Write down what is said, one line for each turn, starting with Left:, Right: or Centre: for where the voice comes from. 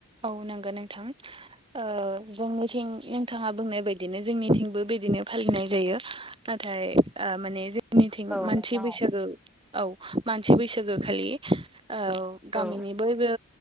Right: औ नोंगो नोंथां ओ जोंनिथिं नोंथाङा बुंनाय बायदिनो जोंनिथिंबो बे बिदिनो फालिनाय जायो नाथाय ओ माने जोंनिथिं
Centre: औ
Right: मानसि
Centre: नोंथां
Right: बैसागो
Centre: औ।
Right: औ मानसि बैसागो खालि औ गामिनि
Centre: औ
Right: बयबो